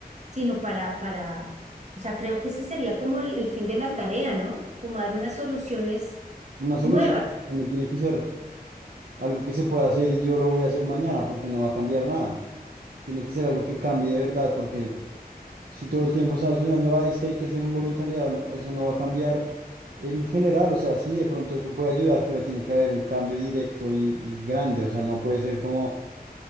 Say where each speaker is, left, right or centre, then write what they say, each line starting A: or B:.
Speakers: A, on the right (about 45°); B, on the right (about 65°).
A: sino para, para, o sea, creo que ese sería como el, el fin de la tarea, ¿no? Como dar unas soluciones
B: Una solución
A: nuevas.
B: no tiene que ser algo que se pueda hacer y yo lo voy a hacer mañana porque no va a cambiar nada. Tiene que ser algo que cambie de verdad porque si todo el tiempo estamos pensando, ah, es que hay que hacer un voluntariado, no, eso no va a cambiar en general. O sea, sí, de pronto eso puede ayudar, pero tiene que haber un cambio directo y, y grande. O sea, no puede ser como,